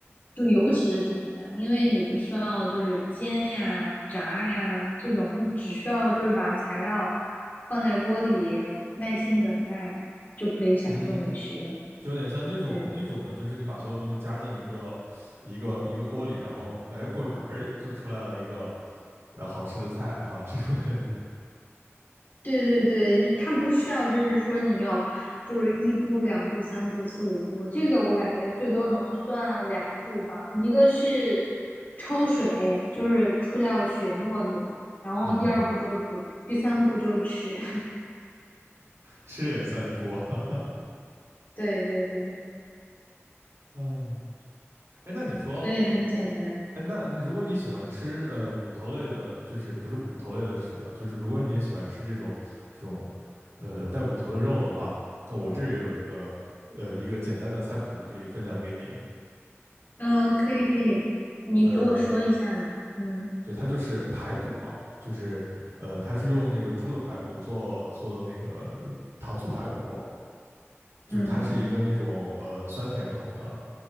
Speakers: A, on the left; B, on the right.
A: 就尤其的简单，因为你不需要就是煎呀、炸呀这种，你只需要就是把材料放在锅里，耐心等待就可以享受美食了。
B: 嗯，就有点像那种那种的，
A: 对。
B: 就是你把所有东西加进一个一个一个锅里，然后哎过一会儿哎就出来了一个呃好吃的菜啊，这种感觉。
A: 对对对，你它不需要，就是说你要，就是一步、两步、三步、四五步，这个我感觉最多能算两步吧。一个是焯水，就是出掉血沫子，然后第二步就是煮，
B: 嗯，
A: 第三步就是吃。<laughs>
B: 吃也算一波，<laughs> 哈哈。
A: 对对对，
B: 啊，哎，那你说，
A: 所以很简单。
B: 哎，那你如果你喜欢吃呃骨头类的，就是不是骨头类的食物吧，就是如果你也喜欢吃这种这种呃带骨头的肉的话，那我这儿也有一个呃一个简单的菜谱可以分享给你。
A: 嗯，可以可以，你给我说一下嘛。
B: 呃，
A: 嗯
B: 对，它就是排骨嘛，就是呃它是用那个猪的排骨做做的那个糖醋排骨，就是它是一个那种呃酸甜口的
A: 嗯